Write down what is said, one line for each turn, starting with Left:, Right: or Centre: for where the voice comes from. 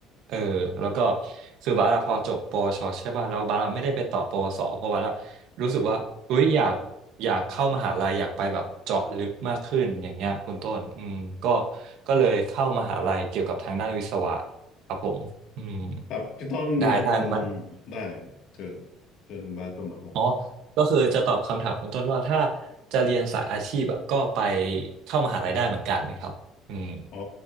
Right: เออแล้วก็คือบาสอะพอจบปวชใช่ป่ะแล้วบาสอะไม่ได้ไปต่อปวสเพราะบาสอะรู้สึกว่าอุ้ยอยากอยากเข้ามหาลัยอยากไปแบบเจาะลึกมากขึ้นอย่างเงี้ยคุณต้นอืมก็ก็เลยเข้ามหาลัยเกี่ยวกับทางด้านวิศวะครับผมอืม
Left: ครับพี่ต้นเรียน
Right: ได้ได้มัน
Left: ได้เชิญเชิญคุณบาสเข้ามาครับ
Right: อ๋อก็คือจะตอบคำถามคุณต้นว่าถ้าจะเรียนสายอาชีพอะก็ไปเข้ามหาลัยได้เหมือนกันนะครับอืม
Left: อ๋อ